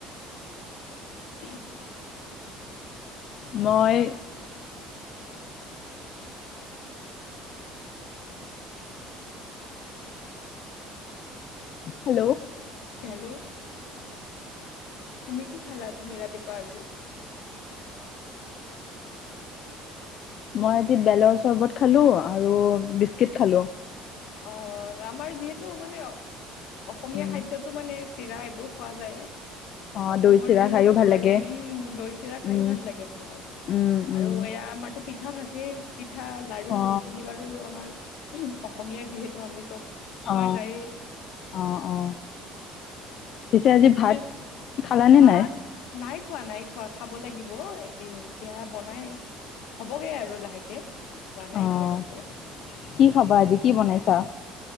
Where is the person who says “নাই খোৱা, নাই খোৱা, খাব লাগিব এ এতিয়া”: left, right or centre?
Left